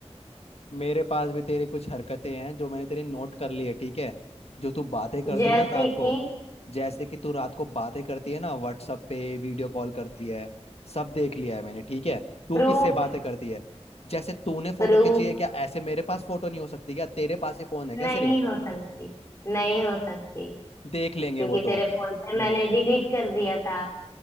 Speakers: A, on the left (about 65°); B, on the left (about 25°).
A: मेरे पास भी तेरी कुछ हरकतें हैं जो मैंने तेरी नोट कर ली है ठीक है जो तू बातें करती
B: जैसे
A: है ना रात को
B: कि
A: जैसे कि तू रात को बातें करती है ना व्हाट्सअप पे वीडियो कॉल करती है सब देख लिया है मैंने ठीक है तू
B: प्रूफ
A: किससे बातें करती है जैसे तूने फोटो
B: प्रूफ
A: खींची है क्या ऐसे मेरे पास फोटो नहीं हो सकती क्या तेरे पास ही फोन है
B: नहीं
A: क्या सिर्फ
B: हो सकती नहीं हो सकती
A: देख लेंगे
B: क्योंकि
A: वो
B: तेरे
A: तो
B: फोन से मैंने डिलीट कर दिया था